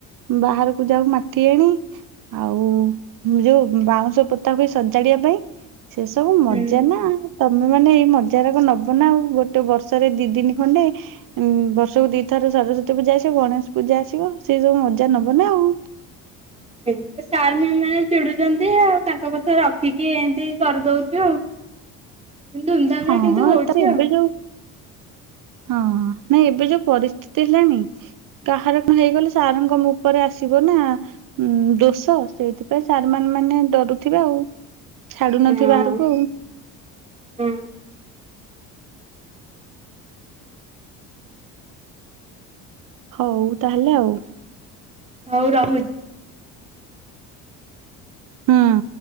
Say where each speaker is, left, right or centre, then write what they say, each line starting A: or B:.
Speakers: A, on the right; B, on the right.
A: ବାହାରକୁ ଯାଉ ମାଟି ଆଣି ଆଉ ଯୋଉ ବାଉଁଶ ପୋତାକୁ ସଜାଡିବା ପାଇଁ। ସେ ସବୁ
B: ହୁଁ।
A: ମଜା ନା ତମେ ମାନେ ଏଇ ମଜା ଯାକ ନବ ନା ଆଉ ଗୋଟେ ବର୍ଷରେ ଦି ଦିନ ଖଣ୍ଡେ ଉଁ ବର୍ଷକୁ ଦିଥର ସରସ୍ଵତୀ ପୂଜା ଆସିବ ଗଣେଶ ପୂଜା ଆସିବ ସେଇ ସବୁ ମଜା ନବ ନା ଆଉ।
B: ଏମ ସାର ମ୍ୟମ୍ ମନେ ଚିଡୁଛନ୍ତି ଆଉ ତାଙ୍କ କଥା ରଖିକି ଏମତି କରିଦଉଚୁ ଆଉ। ଧୁମ୍ ଧାମରେ
A: ହଁ
B: କିନ୍ତୁ ହଉଛି
A: ତ ଏବେ
B: ଆଉ।
A: ଯୋଉ ହଁ ନାଇଁ ଏବେ ଯୋଉ ପରିସ୍ଥିତି ହେଲାଣି କାହାର କଣ ହେଇଗଲେ ସାରଙ୍କ ଉପରେ ଆସିବ ନା ଦୋଷ ସେଇଥିପାଇଁ ସାର୍ ମାନ ମାନେ ଡରୁଥିବେ ଆଉ। ଛାଡୁନଥିବେ
B: ହଁ
A: ବାହାରକୁ ଆଉ।
B: ହଁ।
A: ହଉ ତାହେଲେ ଆଉ।
B: ହଉ ରହୁଚି।
A: ହଁ।